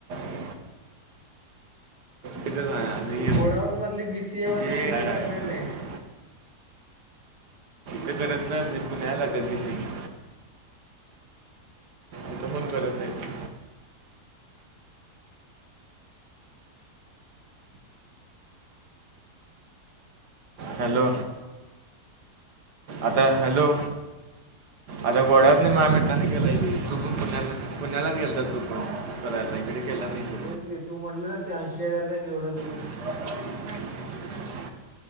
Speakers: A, on the right; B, in the centre.
A: <inaudible> ते तर आहे आणि
B: घोडावत मधली बी सी ए वाली
A: ते
B: इथं
A: काय आहे
B: करणार
A: ते.
B: नाहीत.
A: ते करत नाय पुण्याला करते सगळी इथं पण करत नाहीत. हॅलो
B: हम्म
A: आता हॅलो आता गोड्यातनी
B: हम्म बोल
A: माया
B: की
A: मितरानी केलाय की तु पण पुण्याला पुण्यालाच गेलता तो पण करायला इकड केला नाही तू
B: तेच ग तू म्हटलंस की ऐशी हजार काय केवढं देऊन
A: <inaudible>